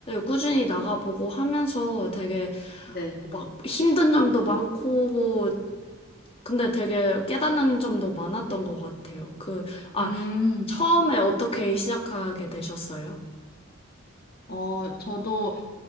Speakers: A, on the left (about 30°); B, on the left (about 50°).
A: 꾸준히 나가보고 하면서 되게
B: 네.
A: 막 힘든 점도 많고 뭐 근데 되게 깨닫는 점도 많았던 것 같아요. 그, 아,
B: 음,
A: 처음에 어떻게 시작하게 되셨어요?
B: 어, 저도